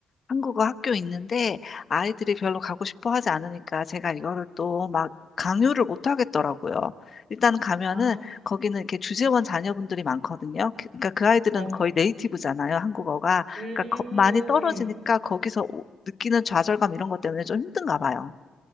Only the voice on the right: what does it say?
아,
어.
음,